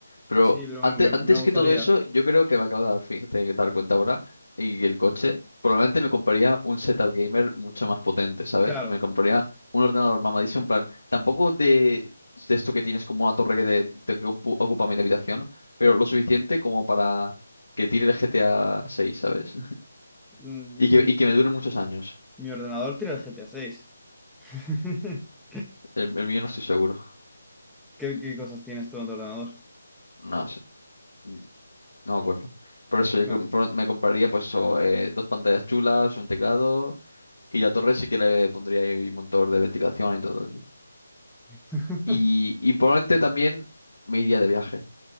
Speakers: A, on the left (about 75°); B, in the centre.
A: Pero
B: Sí, pero
A: antes,
B: me, me-
A: antes
B: me gustaría.
A: que todo eso, yo creo que me acabo de dar, fíjate, de dar cuenta ahora, y el coche, probablemente me compraría un setup gamer mucho más potente, ¿sabes?
B: Claro,
A: Me compraría un ordenador mamadísimo, en plan, tampoco de, de esto que tienes como una torre que, te, te que ocu- ocupa mi habitación, pero lo suficiente como para que tire el GTA 6, ¿sabes?
B: mm,
A: Y que,
B: mi,
A: y que me dure muchos años.
B: mi ordenador tira el G GTA seis <laughs>
A: El, el mío no estoy seguro.
B: ¿Qué, qué cosas tienes tú en tu ordenador?
A: No sé. Mm, No me acuerdo. Por eso yo
B: No.
A: com- pro- me compraría, pues eso, eh, dos pantallas chulas, un teclado. Y la torre sí que le pondría ahí un motor de ventilación y todo. tío.
B: <laughs>
A: Y, y probablemente también me iría de viaje.